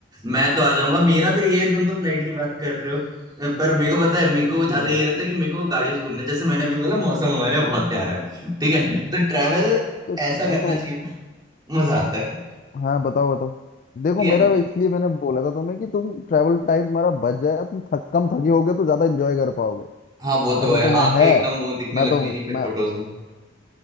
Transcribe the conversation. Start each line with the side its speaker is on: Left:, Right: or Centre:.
Right: मैं तो आ जाऊंगा मेरा तो ये है तुम तो फ्लाइट की बात कर रहे हो पर मेरे को पता है मेरे को ज्यादा
Left: हम्म,
Right: ये रहता है कि मेरे को गाड़ियों से घूमना जैसे मैंने अभी बोला मौसम हमारे यहाँ बहुत प्यारा है ठीक है तो ट्रैवल
Left: तो
Right: ऐसा करना
Left: तो
Right: चाहिए ना, मजा आता है
Left: हाँ बताओ बताओ देखो
Right: ठीक
Left: मेरा
Right: है
Left: इसलिए मैंने बोला था तुम्हें कि तुम ट्रैवल टाइम तुम्हारा बच जाए तुम थक कम थके होगे तो ज्यादा एंजॉय कर पाओगे
Right: हाँ वो तो
Left: अगर
Right: है
Left: तुम्हें
Right: आंखें
Left: है
Right: एकदम वो दिखने
Left: मैं
Right: लग
Left: तो
Right: जाएंगी फिर
Left: मैं
Right: फोटोज में